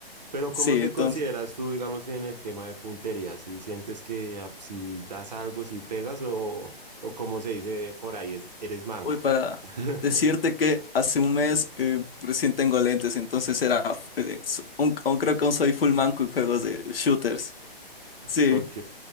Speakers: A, on the right; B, on the left.
A: Pero
B: Sí,
A: ¿cómo te
B: entonces,
A: consideras tú, digamos, en el tema de puntería? ¿Si sientes que ah, si das algo, si pegas o, o como se dice por ahí, es, eres manco?
B: voy para
A: <laughs>
B: decirte que hace un mes eh, recién tengo lentes, entonces era, eh, so- un- un- creo que aún soy full manco en juegos de shooters. Sí,
A: Ok,